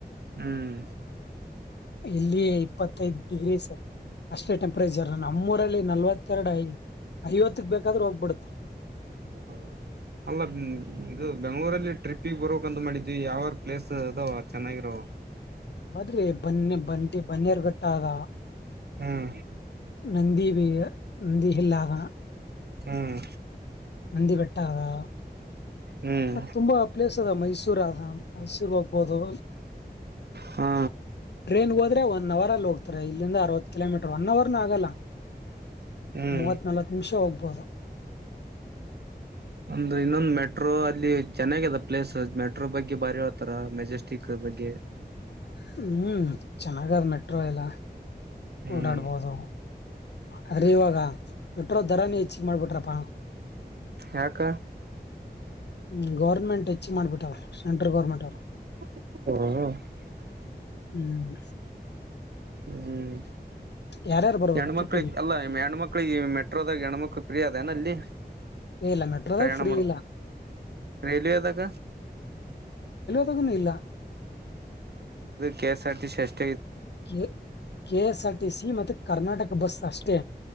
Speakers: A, on the right (about 70°); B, on the left (about 80°).
A: ಹ್ಮ್
B: ಇಲ್ಲಿ ಇಪ್ಪತ್ತೈದ ಡಿಗ್ರೀಸ್ ಅಷ್ಟೇ ಟೆಂಪರೇಚರ್ ನಮ್ಮೂರಲ್ಲಿ ನಲ್ವತ್ತೆರಡು ಐ ಐವತ್ತಕ್ ಬೇಕಾದ್ರೂ ಹೋಗ್ಬಿಡುತ್ತೆ
A: ಹ ಅಲ್ಲ ಇದು ಬೆಂಗ್ಗಳೂರಲ್ಲಿ ಟ್ರಿಪ್ಪಿಗೆ ಬರಕ್ಂತ ಮಾಡಿದ್ವಿ ಯಾವ್ಯಾರ ಪ್ಲೇಸ್ ಅದ ಚೆನ್ನಾಗಿರೋ
B: ಬದ್ರಿ ಬನ್ನಿ ಬಂದಿ ಬನ್ನಿರ್ಗಟ್ಟದ
A: ಹ್ಮ
B: ನಂದಿ ಬೀ ನಂದಿ ಹಲ್ಲಾದಾ
A: ಹ್ಮ್
B: ನಂದಿ ಬೆಟ್ಟಾ ಆದಾ
A: ಹ್ಮ್
B: ಮತ್ ತುಂಬಾ ಪ್ಲೇಸ್ ಅದ ಮೈಸೂರ್ <unintelligible> ಮೈಸೂರು ಹೋಗ ಹೌದು
A: ಹಾ
B: ಟ್ರೇನ್ ಹೋದ್ರೆ ಒನ್ ಅವರ್ ಅಲ್ಲಿ ಹೋಗತ ತರೆ ಇಲ್ಲಿಂದ ಅರ್ವತ್ ಕಿಲೋಮೀಟರ್ ಒನ್ ಅವರ್ನ ಆಗಲ್ಲ.
A: ಹ್ಮ್
B: ಮೂವತ್ ನಲ್ವತ್ ನಿಮಿಷ ಹೋಗ್ಬೋದು
A: ಒಂದು ಇನ್ನೊಂದು ಮೆಟ್ ಮೆಟ್ರೋ ಅಲ್ಲಿ ಚೆನ್ನಾಗದ ಪ್ಲೇಸ್ ಮೆಟ್ರೋ ಬಗ್ಗೆ ಬಾರಿ ಹೇಳ್ತಾರ, ಮೆಜೆಸ್ಟಿಕ್ ಬಗ್ಗೆ
B: ಹ್ಮ್ ಚೆನ್ನಾಗದ ಮೆಟ್ರೋ ಎಲ್ಲ
A: ಹ್ಮ್
B: ಓಡಾಡ್ಬೋದು ಹರಿಯುವಾಗಾ ಮೆಟ್ರೋ ಧರಾನೇ ಇ ಮಾಡಿಬಟ್ರಪ್ಪ
A: ಯಾಕ
B: ಹ್ಮ್ ಗೌರ್ಮೆಂಟ್ ಹೆಚ್ಚಿ ಮಾಡ್ಬಿಟ್ಟಾವ್ರೆ ಸೆಂಟ್ರಲ್ ಗೌರ್ಮೆಂಟ್ ಅವರು.
A: ಹ್ಮ
B: ಹ್ಮ್
A: ಹ್ಮ್
B: ಯಾರ್ಯಾರು ಬರ್ಬೇಕು
A: ಹೆಣ್ಮಕ್ಳಿಗೆ
B: ಟ್ರಿಪ್ಪಿಗೆ
A: ಅಲ್ಲ ಹೆಣ್ಮಕ್ಳಿಗೆ ಮೆಟ್ರೋದಾಗ ಹೆಣ್ಮಕ್ಳ ಫ್ರೀ ಅದನ ಅಲ್ಲಿ
B: ಏ ಇಲ್ಲ ಮೆಟ್ರೋದಾಗ
A: ಪ್ರಯಾಣ
B: ಫ್ರೀ
A: ಮಾಡ
B: ಇಲ್ಲ
A: ರೈಲ್ವೆದಾಗ
B: ಹೊಗನೂ ಇಲ್ಲಾ.
A: ಕೆ-ಎಸ್-ಐಪಿ-ಸಿ-ಐ.
B: K, K S R T C ಮತ್ ಕರ್ನಾಟಕ ಬಸ್ ಅಷ್ಟೇ.